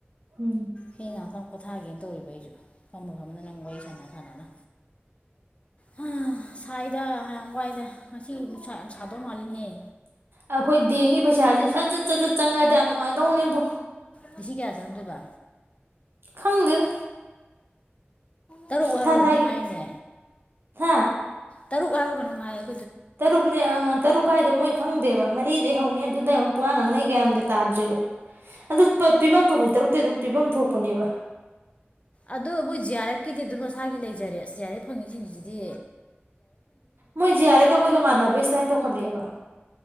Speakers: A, on the right; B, on the left.
A: ꯎꯝ
B: ꯃꯤ ꯉꯛꯇꯪ ꯄꯣꯊꯥꯒꯦꯅ ꯇꯧꯔꯤꯕ ꯑꯩꯖꯨ ꯐꯝꯅ ꯐꯝꯅ ꯅꯪ ꯋꯥꯔꯤ ꯁꯥꯟꯅ ꯁꯥꯟꯅꯅ ꯑ ꯁꯥꯏꯗ ꯌꯥꯝ ꯋꯥꯏꯗ ꯉꯁꯤ ꯅꯨꯡꯁꯥ ꯌꯥꯝ ꯁꯥꯗꯧ ꯃꯥꯜꯂꯤꯅꯦꯍꯦ꯫
A: ꯑꯩꯈꯣꯏ ꯗꯦꯡꯒꯤ ꯄꯩꯁꯥꯁꯦ ꯁꯠꯆꯠ ꯆꯠꯖꯠ ꯆꯪꯉꯗꯤ ꯌꯥꯝ ꯅꯨꯡꯉꯥꯏꯗꯧꯅꯦꯕꯣ꯫
B: ꯉꯁꯤ ꯀꯌꯥ ꯆꯪꯉꯛꯗꯣꯏꯕ?
A: ꯈꯪꯗꯦꯗꯥ꯫
B: ꯇꯔꯨꯛ ꯍꯥꯏꯕ꯭ꯔꯣ
A: ꯊꯥ
B: ꯀꯩꯅꯣꯝ
A: ꯊꯥꯒꯤ
B: ꯍꯥꯏꯅꯦ
A: ꯍꯥ
B: ꯇꯔꯨꯛ ꯍꯥꯏꯕꯔ ꯀꯩꯅꯣꯝ ꯍꯥꯏꯌꯦ꯫
A: ꯇꯔꯨꯛꯅꯤ ꯑ꯫ ꯇꯔꯨꯛ ꯍꯥꯥꯏꯗ ꯃꯣꯏ ꯈꯪꯗꯦꯕ ꯃꯔꯤꯗꯩ ꯍꯧꯅꯤ ꯑꯗꯨꯗ ꯍꯧꯅ ꯄꯨꯡꯉꯥ ꯉꯥꯡꯅꯩ ꯒꯌꯥꯟꯗ ꯇꯥꯗ꯭ꯔꯦꯕ ꯑꯗꯨ ꯄꯤꯚꯝ ꯊꯣꯛꯄꯅꯤ ꯇꯔꯨꯛꯇꯩꯩ ꯑꯗꯨꯝ ꯄꯤꯚꯝ ꯊꯣꯛꯄꯅꯦꯕ꯫
B: ꯑꯗꯨ ꯃꯣꯏ ꯖꯤ ꯑꯥꯔ ꯑꯦꯐꯀꯤꯗꯤ ꯑꯗꯨꯝ ꯃꯁꯥꯒꯤ ꯂꯩꯖꯔꯦ ꯖꯤ ꯑꯥꯔ ꯑꯦꯐ ꯐꯪꯉꯤꯁꯤꯡꯁꯤꯁꯤꯗꯤ
A: ꯃꯣꯏ ꯖꯤꯌꯥꯔ ꯑꯦꯞꯀ ꯑꯩꯈꯣꯏꯒ ꯃꯥꯟꯅꯕꯩ ꯁꯇꯥꯏꯜ ꯇꯧꯈꯠꯂꯛꯑꯦꯕ꯫